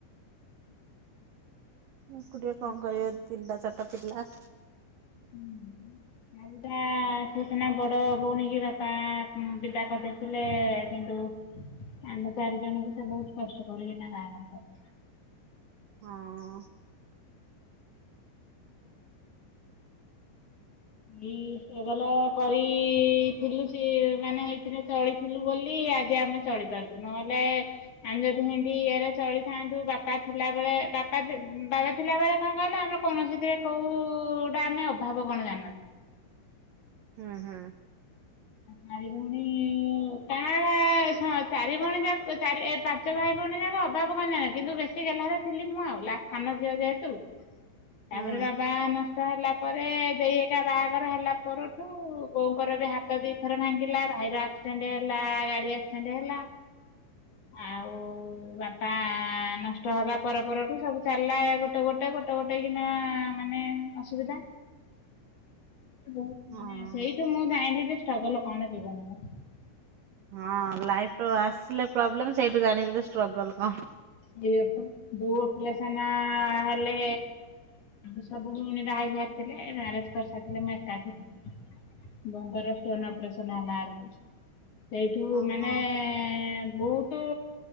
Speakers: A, on the right (about 80°); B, on the left (about 45°).
A: ଏକୁଟିଆ କଣ
B: ନିଶ୍ଚୟ।
A: କରିବ ତିନିଟା ଚାରିଟା ପିଲା
B: ହୁଁ ଚାରିଟା ସେ ସିନା ବଡ ଭଉଣୀ କି ବାପା ବିଦା କରିଦେ ଥିଲେ କିନ୍ତୁ ଆମେ ଚାରି ଜଣଙ୍କୁ ସେ ବହୁତ କଷ୍ଟ କରିକିନା ବାହାଘର କରି
A: ହଁ
B: ଏଇ ଷ୍ଟ୍ରଗଲ କରିଥିଲୁ ସିଏ ମାନେ ହେଇ ସେଥିରେ ଚଳିଥିଲୁ ବୋଲି ଆଜି ଆମେ ଚଳିପାରୁଛୁ ନହେଲେ ଆମେ ଯଦି ମୁଁ ଏମତି ଇଏରେ ଚଳିଥାନ୍ତୁ ବାପା ଥିଲାବେଳେ ବାପା ବାବା ଥିଲାବେଳେ କଣ କହିଲ ଆମ କୌଣସିଥିରେ କୋଉଟା ଆମେ ଅଭାବ କଣ ଜାଣିନ
A: ହୁଁ ହୁଁ
B: ଚାରି ଭଉଣୀ କାଁ ଶ ଚାରି ଭଉଣୀ ଯାକ ଚାରି ଏ ପାନ ପାଞ୍ଚ ଭାଇ ଭଉଣୀ ଯାକ ଅଭାବ କଣ ଜାଣ କିନ୍ତୁ ବେଶୀ ଗେଲ୍ହାରେ ଥିଲି ମୁଁ ଆଉ ଲାଷ୍ଟ ସାନ ଝିଅ ଯେହେତୁ
A: ହୁଁ
B: ତାପରେ ବାବା ନ ନଷ୍ଟ ହେଲା ପରେ ଦେଇ ଏକା ବାହାଘର ହେଲା ପରଠୁ ବୋଉଙ୍କର ବି ହା ହାତ ଦିଥର ଭାଙ୍ଗିଲା ଭାଇର ଆକ୍ସିଡେଣ୍ଟ୍ ହେଲା ଗାଡ଼ି ଆକ୍ସିଡେଣ୍ଟ୍ ହେଲା। ଆଉ ବାପା ନଷ୍ଟ ହବା ପର ପରଠୁ ସବୁ ଚାଲିଲା ଗୋଟେ ଗୋ ଗୋଟେ ଗୋଟେ ଗୋଟେ କିନା ମାନେ ଅସୁବିଧା। ବହୁତ୍ ମାନେ
A: ହଁ।
B: ସେଇଠୁ ମୁଁ ଜାଇଁଲି ଯେ ଷ୍ଟ୍ରଗଲ୍ କଣ ଜୀବନରେ।
A: ହଁ ଲାଇଫ୍ ର ଆସିଲେ ପ୍ରୋବ୍ଲେମ୍ ସେଇଠୁ ଜାଣିବ ଯେ ଷ୍ଟ୍ରଗଲ୍ କଣ।
B: ସେଇଆ ପା ପୁଅ ପିଲା ସିନା ହେଲେ ସବୁ ଭଉଣୀ ବାହା ହେଇସାରିଥିଲେ ମ୍ୟାରେଜ୍ କରିସାରିଥିଲେ ମୁଁ ଏକା ଥିଲି। ବୋଉଙ୍କର ଷ୍ଟୋନ୍ ଅପରେସନ ହେଲା ବେଳକୁ। ସେଇଠୁ
A: ଓହୋ
B: ମାନେ ବହୁତ୍